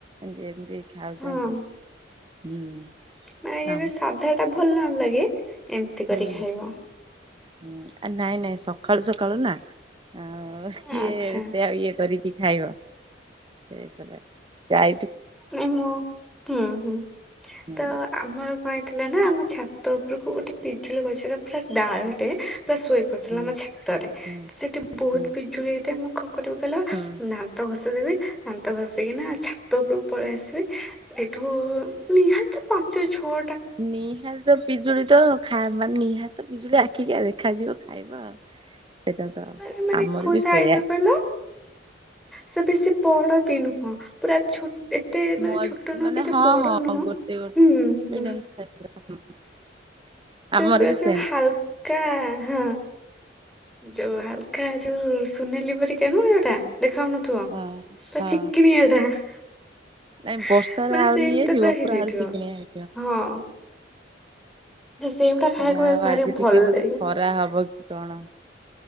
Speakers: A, on the right; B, in the centre.
A: ଯେମିତି ଖାଉଛନ୍ତି।
B: ହଁ,
A: ହୁଁ।
B: ମାନେ
A: ନାମ
B: ଯେବେ ସାଧା ଟା ଭଲ ନ ଲାଗେ ଏମିତି
A: ହୁଁ।
B: କରି ଖାଇବ
A: ହୁଁ ନାଇଁ ନାଇଁ ସକାଳୁ ସକାଳୁ ନା ଆଉ କିଏ
B: ଆଚ୍ଛା
A: ଏତେ ଆଉ ଇଏ କରିକି ଖାଇବ ସେଇକଥା ଯା
B: ନାଇଁ ମୁଁ ହୁଁ ହୁଁ
A: ହୁଁ
B: ତ ଆମର କଣ ହେଇଥିଲା ନା ଆମ ଛାତ ଉପରକୁ ଗୋଟେ ପିଜୁଳି ଗଛର ପୁରା ଡାଳଟେ ପୁରା ଶୋଇ ପରୁଥିଲା
A: ହୁଁ
B: ଆମ ଛାତରେ
A: ହୁଁ
B: ସେଠି ବହୁତ
A: ହୁଁ
B: ପିଜୁଳି ହେଇଥାଏ କରିବାକୁ ହେଲା
A: ହୁଁ
B: ଦାନ୍ତ ଘଷିଦେବି ଦାନ୍ତ ଘଷିକିନା ଛାତ ଉପରକୁ ପଳେଇଆସିବି ସେଇଠୁ ନିହାତି ତ ପାଞ୍ଚ ଛଅ
A: ନିହାତି ତ ପିଜୁଳି ତ ଖାଇ ମାନେ ନିହାତ ପିଜୁଳି ଆଖିକି ଦେଖାଯିବ ଖାଇବ ଆଉ ସେଇଟା ତ
B: ଏ ମାନେ
A: ଆମର
B: କୋଉ
A: ବି
B: ସାଇଜ
A: ସେଇଆ
B: ର କହିଲ ସେ ବେଶୀ ବଡ ବି ନୁହଁ ପୁରା ଛୋ ଏତେ
A: ମ
B: ମାନେ ଛୋଟ ନୁହଁ
A: ମାନେ
B: କି କେତେ
A: ହଁ
B: ବଡ
A: ହଁ
B: ନୁହଁ
A: ଗୋଟେ ଗୋଟେ
B: ହୁଁ।
A: ମିଡିୟମ ସାଇଜର <inaudible>
B: ତ ପୁରା
A: ବି
B: ଯୋଉ
A: ସେମ୍
B: ହାଲକା ହଁ। ଯୋଉ ହାଲକା ଯୋଉ ସୁନେଲି ପରିକା ନୁହଁ ଯୋଉଟା? ଦେଖା ଯାଉନଥିବ
A: ହଁ
B: ପୁରା
A: ହଁ
B: ଚିକିଣିଆଟା ମାନେ
A: ନାଇଁ ବର୍ଷାରେ ଆହୁରି
B: ସେମତିଆ
A: ଇଏ ହେଇଯିବ
B: ପୁରା ହେଇଯାଇଥିବ
A: ଆହୁରି ଚିକିଣିଆ ହେଇଯିବ
B: ହଁ। ଦେ ସେଇଗୁଡା ଖାଇବାକୁ
A: ଯାହା ହଉ
B: ଭାରି
A: ଆଜି
B: ଭଲ
A: ଟିକେ ବୋଧେ
B: ଲାଗେ
A: ଖରା ହବ କି କଣ?